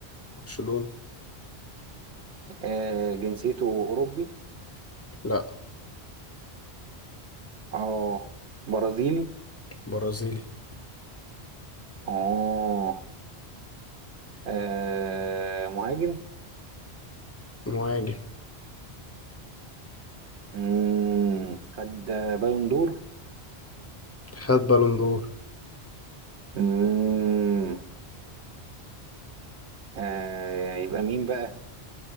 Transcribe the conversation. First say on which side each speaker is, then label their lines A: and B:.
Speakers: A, on the left; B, on the right.
A: برشلونه
B: آه جنسيته اوروبي
A: لا
B: اه برازيلي
A: برازيلي
B: اه آه مهاجم
A: مهاجم
B: مم. خد بالون دور
A: خد بالون دور
B: مم. آه يبقى مين بقى